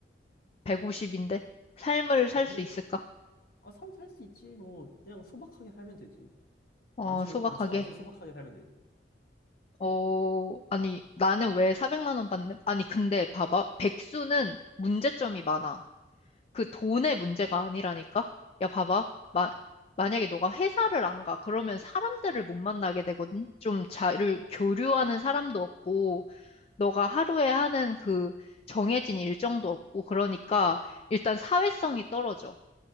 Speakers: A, on the left; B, on the left.
A: 150인데? 삶을 살
B: 그래도.
A: 수 있을까?
B: 아, 삶 살 수 있지. 뭐, 그냥 소박하게 살면 되지.
A: 어,
B: 아주,
A: 소박하게.
B: 아주, 아주 소박하게 살면 되지.
A: 어, 아니, 나는 왜 400만 원 받는, 아니, 근데 봐봐. 백수는 문제점이 많아. 그 돈의 문제가 아니라니까? 야, 봐봐. 마, 만약에 너가 회사를 안 가. 그러면 사람들을 못 만나게 되거든? 좀 자를 교류하는 사람도 없고, 너가 하루에 하는 그 정해진 일정도 없고, 그러니까 일단 사회성이 떨어져.